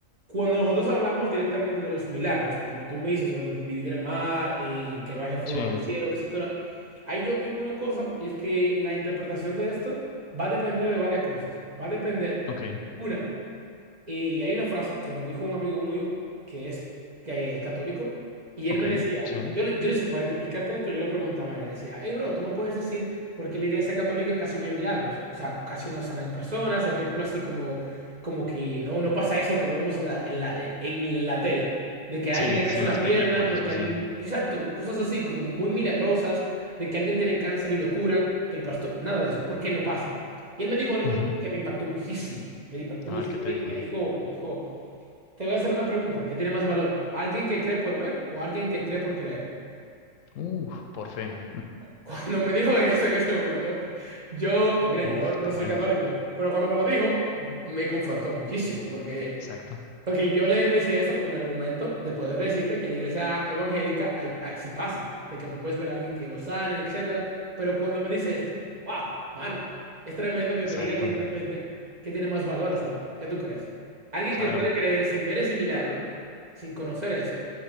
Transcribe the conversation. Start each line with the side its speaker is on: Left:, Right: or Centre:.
Right: cuando nosotros hablamos directamente de los milagros, como tú me dices, por ejemplo, dividir el mar, eh, que baje fuego
Left: Sí.
Right: del cielo, etcétera, ahí yo tengo una cosa y es que la interpretación de esto va a depender de varias cosas. Va a depender,
Left: Ok.
Right: una, y hay una frase que me dijo un amigo mío que es, que es católico y él
Left: Ok.
Right: me decía
Left: Sí.
Right: algo. Yo, le- yo le para explicarte esto, yo le preguntaba, y le decía, hey bro, tú me puedes decir por qué en la iglesia católica casi no hay milagros, o sea, casi no sanan personas, ejemplo así como, como que no, no pasa eso que vemos en la, en la, en la tele, de que a
Left: Sí,
Right: alguien le
Left: sí,
Right: crece
Left: sí, en
Right: una
Left: las
Right: pierna,
Left: películas
Right: porque
Left: o así.
Right: alguien, exacto, cosas así como muy milagrosas, de que alguien tiene cáncer y lo curan, que el pastor, nada de eso, ¿por qué no pasa? Y él me dijo algo
Left: Ujú,
Right: que me impactó muchísimo, me impactó
Left: A
Right: mucho.
Left: ver qué
Right: Me
Left: te
Right: di-
Left: digo.
Right: me dijo, me dijo, te voy a hacer una pregunta, ¿qué tiene más valor? ¿Alguien que cree por ver o alguien que cree por creer?
Left: Uf, por fe.
Right: <laughs> Cuando me dijo eso en ese momento, yo, mira, yo
Left: ujú, Uf, está
Right: no soy
Left: buena.
Right: católico, pero cuando me lo dijo, me confrontó muchísimo, porque
Left: Exacto.
Right: Porque yo le decía eso con el argumento de poder decirle que en la iglesia evangélica hay, hay- sí pasa, de que tú puedes ver a alguien que lo sanen, etcétera. Pero cuando él me dice esto, wow, mano, es tremendo que
Left: Exacto.
Right: te digan literalmente que tiene más valor. O sea, ¿qué tú crees? Alguien
Left: Claro.
Right: que puede creer sin ver ese milagro, sin conocer eso,